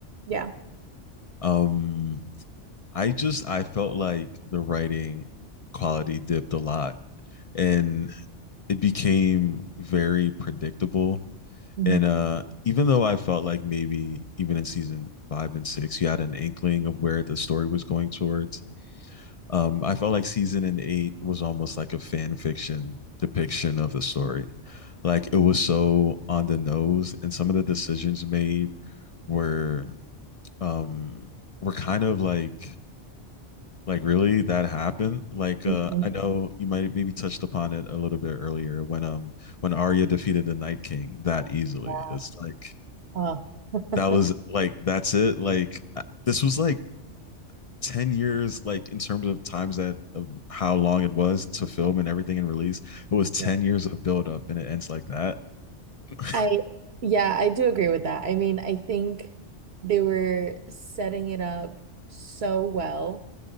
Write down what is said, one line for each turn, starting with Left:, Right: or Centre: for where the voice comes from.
Right: Yeah.
Left: Um, I just I felt like the writing quality dipped a lot. And it became very predictable.
Right: Mhm.
Left: And uh, even though I felt like maybe even in season five and six, you had an inkling of where the story was going towards, um, I felt like season and eight was almost like a fan fiction depiction of the story. Like it was so on the nose, and some of the decisions made were um, were kind of like like really that happened? Like uh
Right: Mhm.
Left: I know you might maybe touched upon it a little bit earlier when um when Arya defeated the Night King that easily.
Right: Yeah.
Left: It's like
Right: Oh. <laughs>
Left: that was like that's it. Like I- this was like 10 years like in terms of times that of how long it was to film and everything and release. It was 10
Right: Yeah.
Left: years of build up and it ends like that. <laughs>
Right: I yeah, I do agree with that. I mean, I think they were setting it up so well